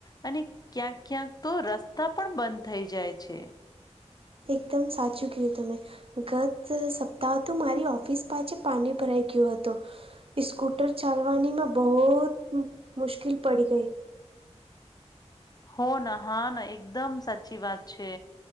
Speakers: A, on the left; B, on the right.
A: અને ક્યાંક ક્યાંક તો રસ્તા પણ બંધ થઈ જાય છે.
B: એકદમ સાચું કીધું તમે. ગત સપ્તાહ તો મારી ઓફિસ પાસે પાણી ભરાઈ ગ્યું હતું. સ્સ્કૂટર ચાલવાનીમાં બહુત મુશ્કેલ પડી ગઈ.
A: હો ના હા ના એકદમ સાચી વાત છે.